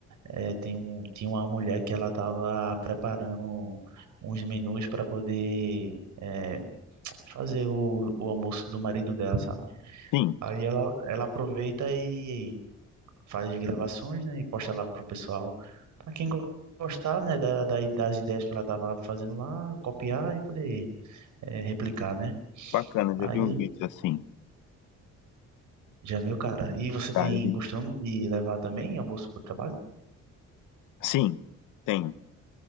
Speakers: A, on the right (about 75°); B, on the left (about 85°).
A: É, tem um, tinha uma mulher que ela estava preparando uns menus para poder é, fazer o, o almoço do marido dela, sabe?
B: sim,
A: Aí ela, ela aproveita e faz gravações, né, e posta lá pro pessoal, para quem go- gostar, né, da, da- das ideias que ela estava fazendo lá, copiar e poder é, replicar, né?
B: bacana. Já
A: Aí
B: vi uns vídeos assim.
A: já viu, cara. E você
B: Tá,
A: tem
B: já vi.
A: costume de levar também almoço pro trabalho?
B: Sim, tem